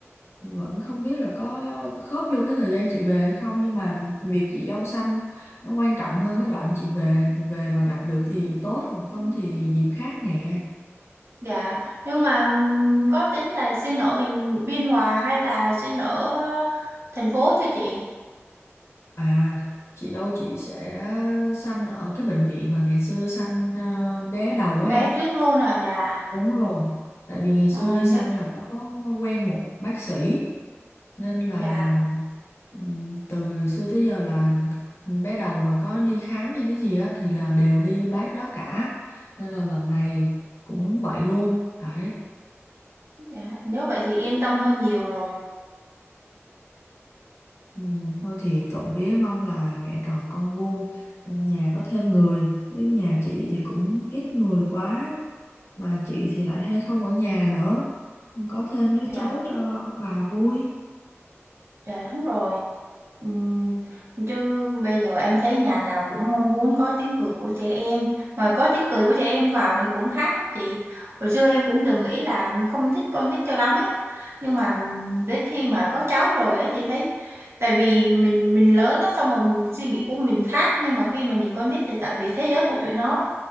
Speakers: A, on the left (about 65°); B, on the right (about 60°).
A: vẫn không biết là có khớp vô cái thời gian chị về hay không nhưng mà việc chị dâu sanh nó quan trọng hơn cái đoạn chị về về mà gặp được thì tốt còn không thì dịp khác nè
B: Dạ, nhưng mà ừm, có tính là xin ở Bình Biên Hòa hay là xin ở thành phố cho chị?
A: À, chị dâu chị sẽ sanh ở cái bệnh viện mà ngày xưa sanh ờ, bé đầu của
B: Bé
A: em.
B: trước luôn à, dạ.
A: Đúng rồi. Tại vì ngày
B: Ờ,
A: xưa đi
B: nếu,
A: sanh là có quen một bác sĩ nên là
B: dạ,
A: ừm, từ xưa tới giờ là bé đầu mà có đi khám hay cái gì á thì là đều đi bác đó cả. Nên là lần này cũng vậy luôn. Đấy.
B: dạ, nếu vậy thì yên tâm hơn nhiều rồi.
A: Ừm, thôi thì trộm vía mong là mẹ tròn con vuông nhà có thêm người cái nhà chị thì cũng ít người quá Bà chị thì lại hay không ở nhà nữa. Có thêm đứa
B: Dạ,
A: cháu cho ông bà vui.
B: dạ đúng rồi. Ừm, chứ bây giờ em thấy nhà nào cũng mong muốn có tiếng cười của trẻ em mà có tiếng cười của trẻ em vào thì cũng khác lắm chị hồi xưa em cũng từng nghĩ là không thích con nít cho lắm ấy nhưng mà đến khi mà có cháu rồi ấy thì thấy tại vì mình mình lớn á xong rồi suy nghĩ của mình khác nhưng mà khi mà nhìn con nít thì tại vì thế giới của tụi nó